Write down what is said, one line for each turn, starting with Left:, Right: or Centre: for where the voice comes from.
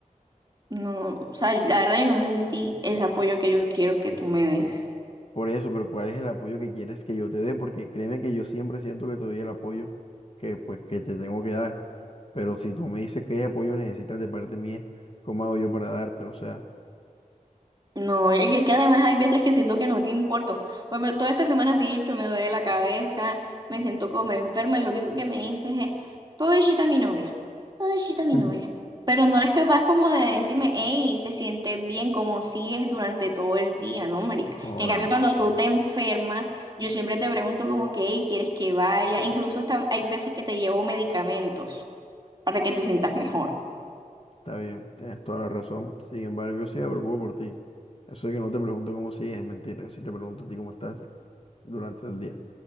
Right: No, o sea, la verdad yo no sentí ese apoyo que yo quiero que tú me des.
Left: por eso, pero ¿cuál es el apoyo que quieres que yo te dé? Porque créeme que yo siempre siento que te doy el apoyo que pues que te tengo que dar, pero si tú me dices qué apoyo necesitas de parte mía, ¿cómo hago yo para dártelo? O sea,
Right: No, y es que además hay veces que siento que no te importo. Bueno, toda esta semana te he dicho, me duele la cabeza, me siento como enferma, lo único que me dices es, pobrecita mi novia, pobrecita mi
Left: <laughs>
Right: novia. Pero no eres capaz como de decirme, hey, te sientes bien, como sigues durante todo el día, ¿no, marica?
Left: joda,
Right: En cambio, cuando tú te enfermas, yo siempre te pregunto como que, hey, ¿quieres que vaya? Incluso hasta hay veces que te llevo medicamentos para que te sientas mejor.
Left: está bien, tienes toda la razón. Sin embargo, yo sí me preocupo por ti. Eso de que no te pregunto cómo sigues es mentira. Si te pregunto a ti cómo estás, durante el día.